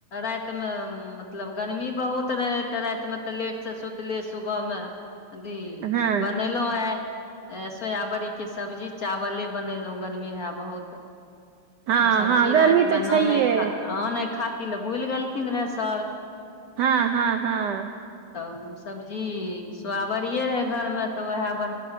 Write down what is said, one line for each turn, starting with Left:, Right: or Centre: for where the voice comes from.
Left: रातिमे मतलब गर्मी बहुत रहै तऽ रातिमे तऽ लेटसँ सुतली सुबहमे अथी
Right: हँ
Left: बनेलहु है सोयाबड़ीके सब्जी चावले बनयेलहुँ गरमी रहए बहुत
Right: हँ
Left: सब्जी
Right: हँ गर्मी
Left: रातिमे
Right: तऽ छैहे
Left: नान खा आ नहि खा कि ल बूल गल कि नहि रह साल
Right: हँ हँ हँ
Left: तब सब्जी सोआबरे रहै घरमे तऽ ओएह ब